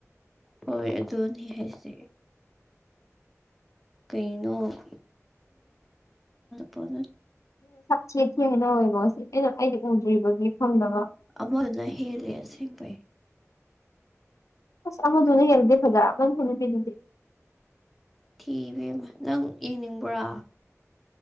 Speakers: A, in the centre; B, on the left.
A: ꯍꫭꯏ ꯑꯗꯨꯅꯤ ꯍꯥꯏꯁꯤ ꯀꯩꯅꯩꯅꯣꯗ ꯄꯅ
B: ꯆꯦꯠꯈꯤ ꯍꯥꯏꯅ ꯑꯣꯏꯋꯦꯕꯣ ꯉꯁꯤ ꯑꯩꯅ ꯑꯩꯗꯤ ꯎꯗ꯭ꯔꯤꯕꯒꯤ ꯐꯪꯅꯕ
A: ꯑꯃꯗꯨꯅ ꯍꯦꯜꯂꯦ ꯑꯁꯦꯡꯕꯩ
B: ꯑꯁ ꯑꯃꯗꯨꯅ ꯍꯦꯜꯗꯦ ꯐꯖꯥ <unintelligible>
A: ꯊꯤꯕꯃ ꯅꯪ ꯌꯦꯡꯅꯤꯡꯕ꯭ꯔꯥ